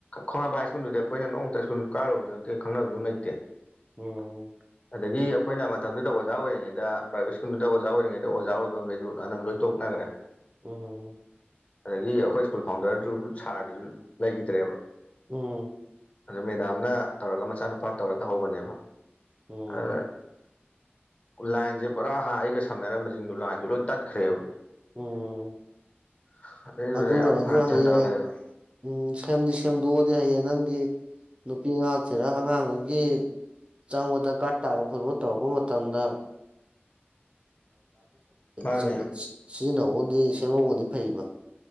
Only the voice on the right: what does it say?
ꯎꯝ
ꯑꯣ ꯍꯣ ꯍꯣ
ꯎꯝ ꯎꯝ
ꯎꯝ
ꯎꯝ
ꯑꯗꯨ
ꯑꯣꯏꯔꯁꯨ
ꯍꯌꯦꯡ
ꯎꯝ ꯁꯦꯝꯗꯤ ꯁꯦꯝꯗꯣꯛꯑꯗꯤ ꯍꯌꯦꯡ ꯅꯪꯒꯤ ꯅꯨꯄꯤ ꯑꯉꯥꯡ ꯊꯤꯔ ꯑꯉꯥꯡꯒꯩꯒꯤ ꯆꯪꯕ ꯗꯔꯀꯥꯔ ꯇꯥꯕ ꯈꯣꯠꯄ ꯇꯧꯔꯛꯄ ꯃꯇꯝꯗ
<unintelligible> ꯁꯤꯖꯤꯟꯅꯧꯕꯗꯤ ꯁꯦꯝꯍꯧꯕꯅꯗꯤ ꯐꯩꯌꯦꯕ